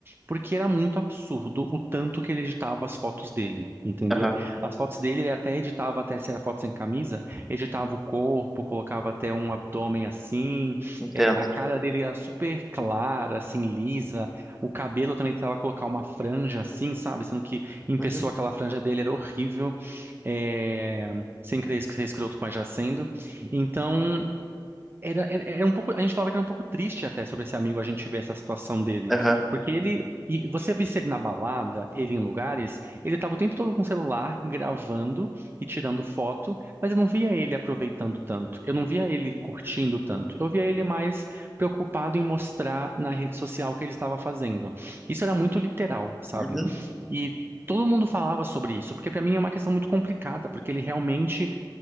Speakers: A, on the right; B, in the centre.
A: porque era muito absurdo o tanto que ele editava as fotos dele, entendeu?
B: aham,
A: As fotos dele, ele até editava, até se era foto sem camisa, editava o corpo, colocava até um abdômen assim,
B: entendo,
A: é, a cara dele era super clara, assim, lisa, o cabelo também ele tentava colocar uma franja assim, sabe? Sendo que em
B: uhum,
A: pessoa aquela franja dele era horrível, é, sem querer ser escroto, mas já sendo. Então. Era, era, era um pouco, a gente falava que era um pouco triste até sobre esse amigo, a gente ver essa situação dele.
B: aham,
A: Porque ele, e você visse ele na balada, ele em lugares, ele tava o tempo todo com o celular, gravando e tirando foto, mas eu não via ele aproveitando tanto, eu não via ele curtindo tanto, eu via ele mais preocupado em mostrar na rede social o que ele estava fazendo. Isso era muito literal, sabe?
B: uhum,
A: E todo mundo falava sobre isso, porque para mim é uma questão muito complicada, porque ele realmente